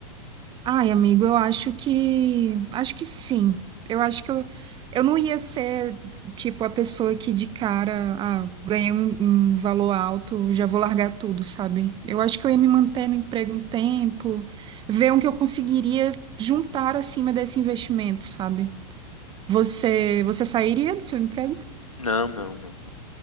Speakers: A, on the right (about 30°); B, on the left (about 85°).
A: Ai, amigo, eu acho que. Acho que sim. Eu acho que eu, eu não ia ser, tipo, a pessoa que de cara, ah, ganhei um, um valor alto, já vou largar tudo, sabe? Eu acho que eu ia me manter no emprego um tempo, ver o que eu conseguiria juntar acima desse investimento, sabe? Você, você sairia do seu emprego?
B: Não, não, não.